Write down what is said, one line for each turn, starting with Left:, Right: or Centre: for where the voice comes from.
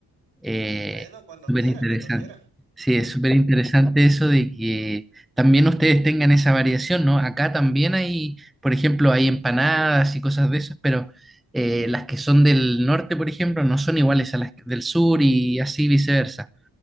Centre: eh,
Right: Bueno, cuando
Centre: súper
Right: quieras,
Centre: interesante.
Right: cuando quieras.
Centre: Sí, es súper interesante eso de que también ustedes tengan esa variación, ¿no? Acá también hay, por ejemplo, hay empanadas y cosas de esas, pero eh, las que son del norte, por ejemplo, no son iguales a las del sur y así viceversa.